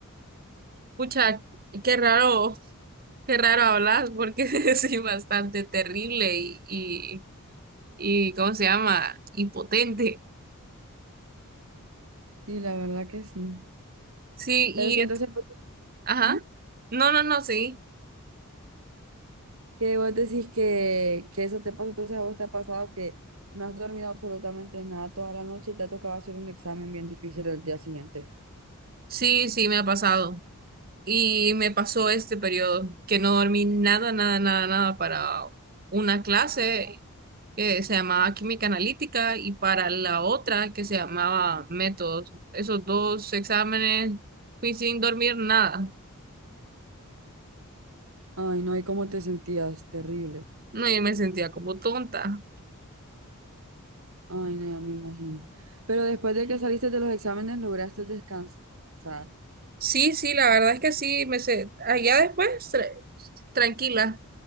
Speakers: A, on the right; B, on the right.
A: pucha, qué raro, qué raro hablar porque <laughs> soy bastante terrible y, y, y ¿cómo se llama? Impotente.
B: Sí, la verdad que sí.
A: Sí,
B: Pero
A: y,
B: sí, entonces, pues,
A: ajá.
B: ajá,
A: No, no, no, sí.
B: que vos decís que, que eso te pasó, entonces a vos te ha pasado que no has dormido absolutamente nada toda la noche y te ha tocado hacer un examen bien difícil el día siguiente.
A: Sí, sí, me ha pasado. Y me pasó este periodo que no dormí nada, nada, nada, nada para una clase que se llamaba química analítica y para la otra que se llamaba métodos. Esos dos exámenes fui sin dormir nada.
B: Ay, no, ¿y cómo te sentías? Terrible.
A: No, yo me sentía como tonta.
B: Ay, no, ya me imagino. Pero después de que saliste de los exámenes, lograste descansar.
A: Sí, sí, la verdad es que sí, me se... allá después tranquila.